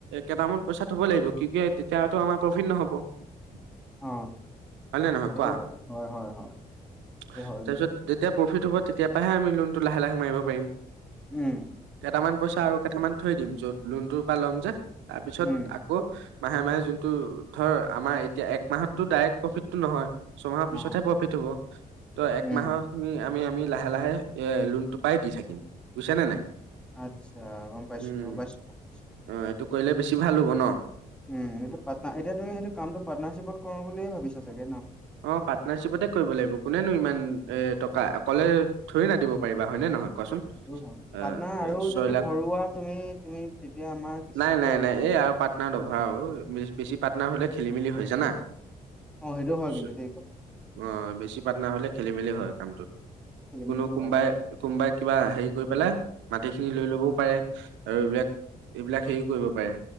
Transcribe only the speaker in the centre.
অ
সেইটো
হয় হয় হয় হয়
সেইটো কিন্তু
উম
উম,
নহয়
উম,
আচ্ছা গম পাইছো
গম পাইছো গম পাইছো।
উম সেইটো পাটনা এতিয়া তুমি সেইটো কামটো পাৰ্টনাৰশ্বিপত কৰো বুলি ভাবিছা চাগে ন?
সেইটো হয়
পাটনাৰ
আৰু
যদি
ভৰুৱা তুমি তুমি তেতিয়া আমাৰ দৃশ্য
আৰু
কমিব।
অ, সেইটো হয় কিন্তু
দেই কথা
খেলি মেলিটো
হয়
বাৰু।